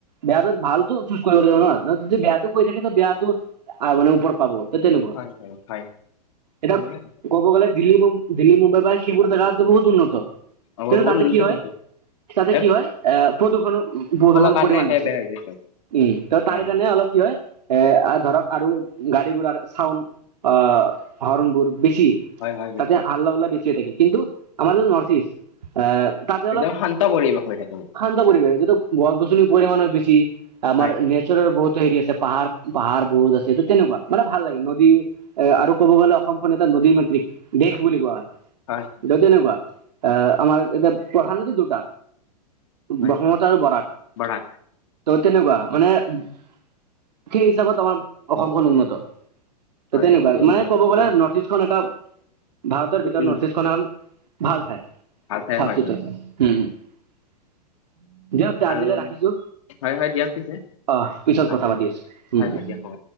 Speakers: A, on the right (about 75°); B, on the left (about 50°).
A: বেয়া ভালতো চুজ কৰিব লাগিব নহ! যদি বেয়াটো কৰি থাকে, বেয়াটো মানে ওপৰত পাব। ত', তেনেকুৱা,
B: হয় হয় হয়
A: এতিয়া
B: বেয়া
A: ক'ব গ'লে, দিল্লী মু দিল্লী, মুম্বাই বা সেইবোৰ জেগা বহুত উন্নত।
B: <unintelligible>
A: কিন্তু তাতে কি হয় তাতে
B: এই
A: কি হয়, আহ, প্ৰদূষণো, প্ৰদূষণৰ
B: কাৰণে
A: পৰিমাণ
B: সে
A: বেছি।
B: বেয়া হৈ গৈছে
A: উম, ত, তাৰে
B: হয়
A: কাৰণে
B: হয়
A: অলপ কি হয়, এ ধৰক আৰু গাড়ী-গুৰাৰ চাউণ্ড আহ, হৰণবোৰ বেছি।
B: হয় হয় বেছি
A: তাতে হাল্লা-হোল্লা বেছি হৈ থাকে। কিন্তু আমাৰ যে, নৰ্থ-ইষ্ট এ, তাতে অলপ
B: একদম শান্ত পৰিৱেশ হৈ থাকো।
A: শান্ত পৰিৱেশ, যিহেতু গছ-গছনিৰ পৰিমাণে বেছি, আৰু
B: হয়
A: নে
B: হয়
A: নেচাৰৰ বহুত হেৰি আছে, পাহাৰ-পাহাৰ বহুত আছে, ত তেনেকুৱা, মানে ভাল লাগে। নদী এ আৰু ক'ব গ'লে অসমখন এটা নদীৰ মাতৃক দেশ বুলি কোৱা হয়।
B: হয়
A: ত, তেনেকুৱা আহ, আমাৰ এতিয়া প্ৰধানত নদী দুটা।
B: হয়
A: ব্ৰহ্মপুত্ৰ আৰু বৰাক।
B: বৰাক
A: ত' তেনেকুৱা, মানে সেই হিচাপত আমাৰ অসমখন উন্নত। ত'
B: হয়
A: তেনেকুৱা,
B: এইটো
A: মানে
B: উন্নত
A: ক'ব গ'লে
B: উন্নত
A: ন ৰ্থ ইষ্ট খন এটা ভাৰতৰ ভিতৰত
B: উম,
A: নৰ্থ ইষ্ট খন হল এখন ভাল ঠাই।
B: ভাল ঠাই
A: <unintelligible>
B: হয় হয়
A: আজিলৈ
B: আৰু
A: ৰাখিছো
B: হয় হয় দিয়ক পিছে
A: অঁ পিছত
B: অ,
A: কথা
B: দিয়ক
A: পাতি আছো।
B: হয় হয় দিয়ক হ'ব